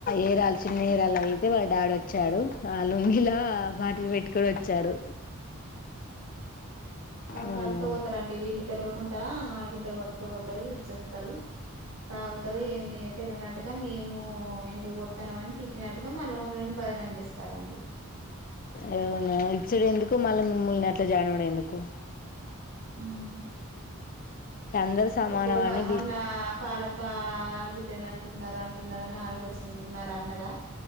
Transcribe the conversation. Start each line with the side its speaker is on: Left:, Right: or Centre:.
Left: ఏరాలు చిన్న ఏరాలు అయితే వాళ్ళ డాడీ వచ్చాడు ఆ లుంగిలా బాటిల్ పెట్టుకొని వచ్చాడు
Right: ఆ
Left: మ్మ్
Right: పట్టుకపోతారంండి వీళ్ళు తెల్వకుండా మాడి బిడ్డ కొట్ట కపోతారు ఇచ్చస్తారు తాగుతారు ఏ టుగా మేము ఎందుకు పోస్తాన్నావ్ అని తిట్టినట్టుగా మళ్ళీ మమ్మల్ని బజన అందిస్తారుడి
Left: అవున ఇచ్చడు ఎందుకు మళ్ళ మిమ్మల్ని అట్లా జనవడం ఎందుకు
Right: ఉమ్
Left: అందరు సమానం
Right: ఒకోళ్ళమొన్న
Left: అని బి
Right: పాలప్ప ఆడబిడ్డని అంటున్నారు అంటున్నారని ఆడ పోస్కుంటున్నారు అన్నదా